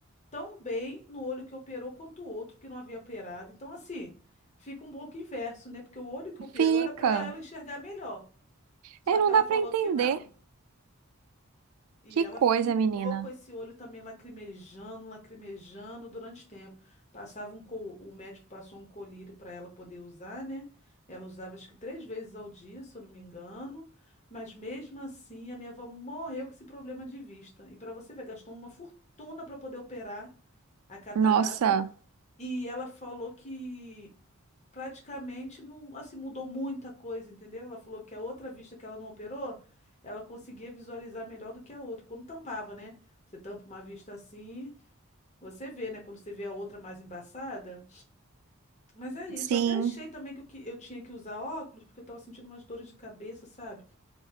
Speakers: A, on the left; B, on the right.
A: tão bem no olho que operou quanto o outro que não havia operado. Então, assim, fica um pouco inverso, né? Porque o olho que operou
B: Fica.
A: era para ela enxergar melhor. Só
B: É, não
A: que ela
B: dá para
A: falou
B: entender.
A: que não. E
B: Que
A: ela
B: coisa,
A: ficou
B: menina.
A: com esse olho também lacrimejando, lacrimejando durante tempo. Passava um co- o médico passou um colírio para ela poder usar, né? Ela usava acho que três vezes ao dia, se eu não me engano. Mas mesmo assim, a minha avó morreu com esse problema de vista. E para você ver, gastou uma fortuna para poder operar a catarata.
B: Nossa,
A: E ela falou que praticamente não, assim, mudou muita coisa, entendeu? Ela falou que a outra vista que ela não operou, ela conseguia visualizar melhor do que a outra, quando tampava, né? Você tampa uma vista assim, você vê, né? Quando você vê a outra mais embaçada. Mas é isso,
B: sim.
A: eu até achei também que eu, que eu tinha que usar óculos, porque eu tava sentindo umas dores de cabeça, sabe?